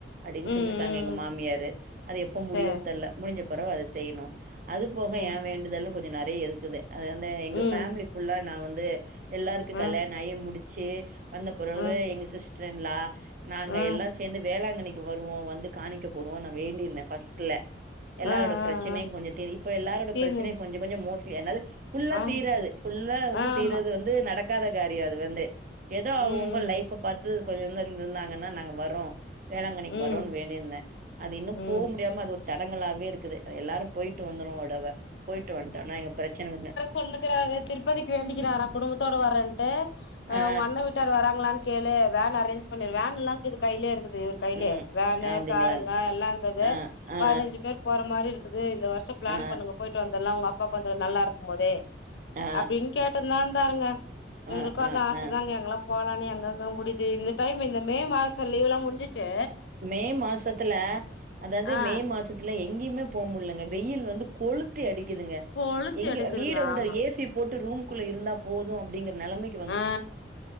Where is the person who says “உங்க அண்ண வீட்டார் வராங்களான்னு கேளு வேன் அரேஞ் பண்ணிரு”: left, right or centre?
Left